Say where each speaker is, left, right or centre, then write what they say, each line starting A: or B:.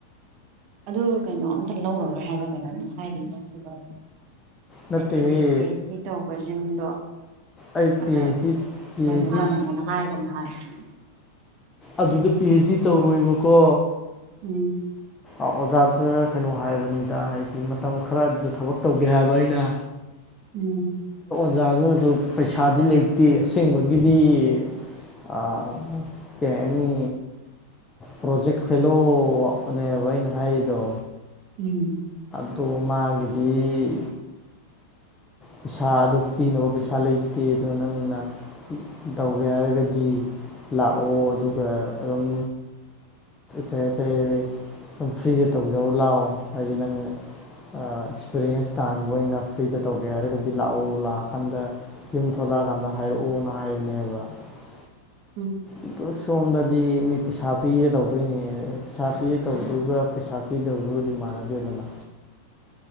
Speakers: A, on the right; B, on the left.
A: ꯑꯗꯨ ꯀꯩꯅꯣ ꯑꯝꯇ ꯂꯧꯔꯔꯣꯏ ꯍꯥꯏꯕ꯭ꯔꯥ ꯀꯩꯅꯣꯝꯇ ꯍꯥꯏꯔꯤ ꯁꯤꯗꯗꯤ
B: ꯅꯠꯇꯦꯍꯦ
A: ꯍꯥꯏꯗꯤ ꯍꯥꯏꯗꯤ ꯄꯤ ꯑꯩꯆ ꯗꯤ ꯇꯧꯕꯁꯤꯡꯗꯣ ꯍꯥꯏ
B: ꯑꯩ ꯄꯤ ꯍꯩꯆ ꯗꯤ ꯄꯤ ꯍꯩꯆ
A: ꯍꯥꯏ
B: ꯗꯤ ꯑꯗꯨꯗ ꯄꯤ ꯍꯩꯆ ꯗꯤ ꯇꯧꯔꯣꯏꯕꯀꯣ
A: ꯎꯝ
B: ꯑꯣꯖꯥꯗ ꯀꯩꯅꯣ ꯍꯥꯏꯕꯅꯤꯗ ꯍꯥꯏꯗꯤ ꯃꯇꯝ ꯈꯔ ꯑꯗꯨꯗ ꯊꯕꯛ ꯇꯧꯒꯦ ꯍꯥꯏꯕ ꯑꯩꯅ
A: ꯎꯝ
B: ꯑꯣꯖꯥꯁꯤꯅꯁꯨ ꯄꯩꯁꯥꯗꯤ ꯂꯩꯇꯦ ꯑꯁꯦꯡꯕꯒꯤꯗꯤ ꯑ ꯀ ꯑꯦꯅꯤ ꯄ꯭ꯔꯣꯖꯦꯦꯛ ꯐꯦꯂꯣ ꯑꯣꯕꯣꯏꯅ ꯍꯥꯏ ꯍꯥꯏꯗꯣ
A: ꯎꯝ
B: ꯑꯗꯣ ꯃꯥꯒꯤꯗꯤ ꯄꯩꯁꯥ ꯑꯗꯨ ꯄꯤꯅꯕ ꯄꯩꯁꯥ ꯂꯩꯇꯦ ꯑꯗꯨꯅ ꯅꯪꯅ ꯇꯧꯒꯦ ꯍꯥꯏꯔꯒꯗꯤ ꯂꯥꯛꯑꯣ ꯑꯗꯨꯒ ꯑꯗꯨꯝ ꯀꯩꯇꯥꯔ ꯑꯗꯨꯝ ꯐ꯭ꯔꯤꯗ ꯇꯧꯖꯔ ꯂꯥꯛꯑꯣ ꯍꯥꯏꯗꯤ ꯅꯪ ꯑꯦꯛꯁꯄꯤꯔꯤꯌꯦꯟꯁ ꯇꯥꯟꯕ ꯑꯣꯏꯅ ꯐ꯭ꯔꯤꯗ ꯇꯧꯕ ꯀꯩ ꯍꯥꯏꯔꯒꯕꯨꯗꯤ ꯂꯥꯛꯑꯣ ꯂꯥꯛꯑꯀꯥꯟꯗ ꯌꯨꯝ ꯊꯣꯛꯂꯛꯑꯀꯥꯟꯗ ꯍꯥꯏꯔꯛꯑꯣꯅ ꯍꯥꯏꯕꯅꯦꯕ <unintelligible>
A: ꯎꯝ
B: ꯑꯗꯣ ꯁꯣꯝꯗꯗꯤ ꯃꯤ ꯄꯩꯁꯥ ꯄꯤꯔꯦ ꯇꯧꯗꯣꯏꯅꯦ ꯄꯩꯁꯥ ꯄꯤꯔꯦ ꯇꯧꯕꯗꯨꯒ ꯄꯩꯁꯥ ꯄꯤꯗꯕꯗꯨꯒꯗꯤ ꯃ ꯅꯥꯗꯦꯗꯅ